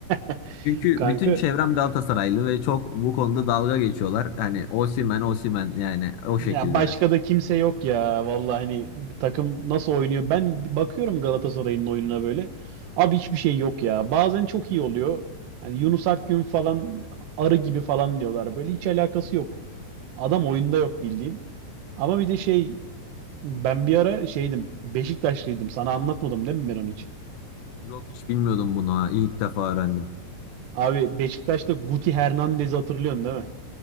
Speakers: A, on the right; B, on the left.
A: <laughs>
B: Çünkü
A: Kanka
B: bütün çevrem Galatasaraylı ve çok bu konuda dalga geçiyorlar. Hani Osimhen Osimhen yani o
A: ya
B: şekildeler.
A: başka da kimse yok ya. Vallahi hani takım nasıl oynuyor? Ben bakıyorum Galatasaray'ın oyununa böyle. Abi hiçbir şey yok ya. Bazen çok iyi oluyor. Hani Yunus Akgün falan arı gibi falan diyorlar. Böyle hiç alakası yok. Adam oyunda yok bildiğin. Ama bir de şey ben bir ara şeydim. Beşiktaşlıydım. Sana anlatmadım değil mi ben onu hiç?
B: Yok hiç bilmiyordum bunu ha. İlk defa öğrendim.
A: Abi Beşiktaş'ta Guti Hernandez'i hatırlıyorsun değil mi?